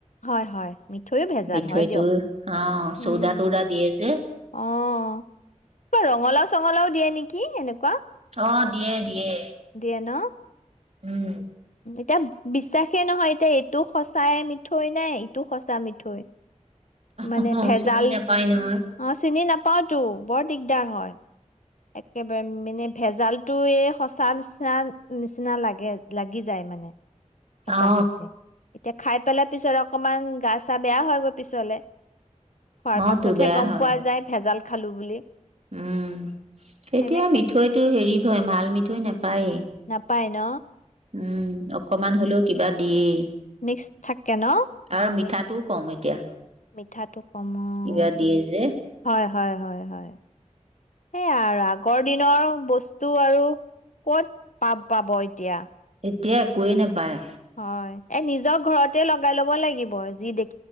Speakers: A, on the left (about 80°); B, on the right (about 60°).
A: হয় হয়, মিঠৈও ভেজাল
B: মিঠৈটো
A: হয় দিয়ক।
B: অ
A: উম,
B: চৌদা তৌদা দিয়ে যে
A: অহ, কিবা ৰঙালাও-চঙলাও দিয়ে নি কি এনেক
B: অহ, দিয়ে দিয়ে।
A: দিয়ে ন?
B: উম।
A: এতিয়া বিশ্বাসেই নহয় এতিয়া এইটো সঁচাই মিঠৈ নে ইটো সঁচা মিঠৈ। মানে
B: অ
A: ভেজাল
B: চিনি নাপায় নহয়
A: অহ, চিনি নাপাওতো। বৰ দিগদাৰ। দাৰ হয়। একেবাৰে মানে ভেজালটো এই সঁচা নিচিনা-নিচিনা লাগে, লাগি যায় মানে। সঁচা-সচি,
B: অ
A: এতিয়া খাই পেলাই পিছৰক অকমান গা-চা বেয়া হয় গৈ পিছলে। খোৱাৰ
B: অ
A: পাছতহে
B: তো বেয়া
A: গম
B: হয়
A: পোৱা যায় ভেজাল খালোঁ বুলি
B: উম
A: সেনেকুৱাই
B: এতিয়া মিঠৈটো হেৰি হয়, ভাল মিঠৈ নেপ পায়েই।
A: পায় ন?
B: উম, অকমান হলেও কিবা দিয়েই।
A: মিক্স থাকে ন?
B: আৰু মিঠাটোও কম এতিয়া
A: মিঠাটো কম অ',
B: কিবা দিয়ে যে
A: হয়-হয়-হয়। সেয়া আৰু আগৰ দিন তিয়া আৰু বস্তু আৰু ক'ত পা- পাব এতিয়া?
B: এতিয়া একোৱেই নাপায়।
A: হয়। এ, নিজৰ ঘৰতে লগাই লব লাগিব যি দেখ